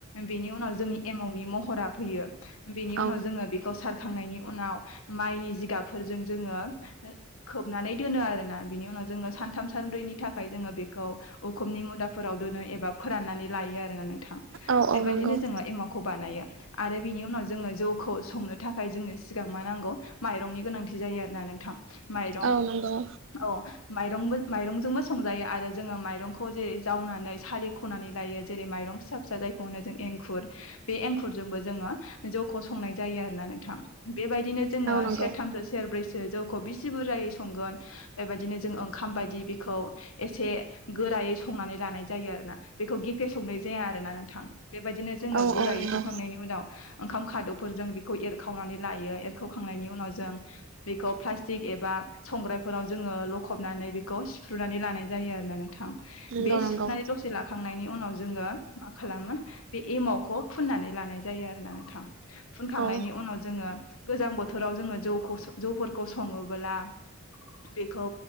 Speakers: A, on the left; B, on the right.
A: बेनि उनाव जोंनि एमानि महरा फैयो बेनि उनाव
B: औ
A: जोङो बेखौ सार खांनायनि उनाव माइनि जिगाबफोरजों जोङो खोबनानै दोनो आरो ना बिनि उनाव जोङो सानथाम सानब्रैनि थाखाय जोङो बेखौ उम उखुमनि मुदाफोराव दोनो एबा फोराननानै लायो आरो ना नोंथां
B: औ
A: बेबायदिनो
B: औ नंगौ
A: जोङो एमाखौ बानायो आरो बिनि उनाव जोङो जौखौ संनो थाखाय जोंनो सिगां मा नांगौ माइरंनि गोनांथि जायो। जायो आरो ना नोंथां। माइरं
B: औ नंगौ
A: औ माइरंबो माइरंजोंबो संजायो आरो जोङो माइरं जेरै जावनानै सालि खनानै लायो जेरै माइरं फिसा फिसा जायखौ जों एंखुर बे एंखुर जों जोङो जौखौ संनाय जायो आरोना नोंथां बेबायदिनो जोङो
B: औ नंगौ
A: सेरथामसौ सेर ब्रैसो जों जौखौ बिसि बुरजायै संगोन बेबायदिनो जों ओंखाम बायदि बेखौ एसे गोरायै संनानै लानाय जायो आरो ना बेखौ गेफे संनाय जाया आरोना नोंथां। बेबायदिनो जोङो
B: औ
A: गोरायै
B: औ नंगौ
A: संखांनायनि उनाव ओंखाम खाद'फोरजों बेखौ एरखावनानै लायो एरखावखांनायनि उनाव जों बेखौ प्लास्टिक एबा। संग्रायफोराव जोङो लखबनानै बेखौ सिफ्रुनानै लानाय जायो आरो ना थां
B: नंगौ
A: बे
B: नंगौ
A: सुरनानै दसे लाखांनायनि उनाव जोङो मा खालामो बे एमावखौ फुननानै लानाय जायो आरो ना नोंथां फुनखांनायनि
B: औ
A: उनाव जोङो गोजां बोथोराव जोङो जौखौ जौफोरखौ सङोबोला बेखौ